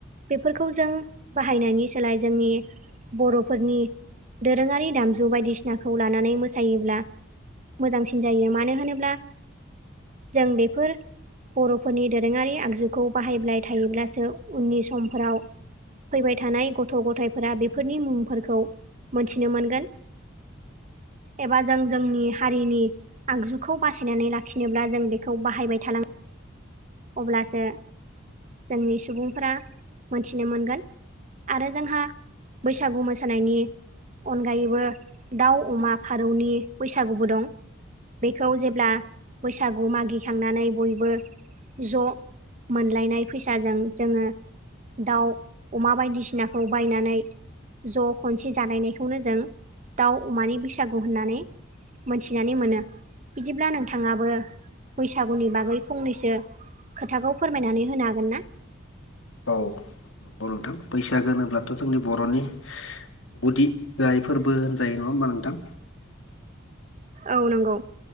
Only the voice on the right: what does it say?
बेफोरखौ जों बाहायनायनि सोलाय जोंनि बर'फोरनि दोरोङारि दामजु बायदिसिनाखौ लानानै मोसायोब्ला मोजांसिन जायो मानो होनोब्ला जों बेफोर बर'फोरनि दोरोङारि आगजुखौ बाहायाय थायोब्लासो उननि समफोराव फैबाय थानाय गथ' गथायफोरा बे बेफोरनि मुंफोरखौ मोनथिनो मोनगोन। एबा जों जोंनि हारिनि आगजुखौ बासायनानै लाखिनोब्ला जों बेखौ बाहायबाय थानां अब्लासो जोंनि सुबुंफोरा मोनथिनो मोनगोन आरो जोंहा बैसागु मोसानायनि अनगायैबो दाउ अमा फारौनि बैसागुबो दं बेखौ जेब्ला बैसागु मागिखांनानै बयबो ज' मोनलायनाय फैसाजों जोङो दाउ अमा बायदिसिनाखौ बायनानै ज' खनसे जालायनायखौनो जों दाउ अमानि बैसागु होननानै मोनथिनानै मोनो बिदिब्ला नोंथाङाबो बैसागुनि बागै फंनैसो खोथाखौ फोरमायनानै होनो हागोन ना?
औ नंगौ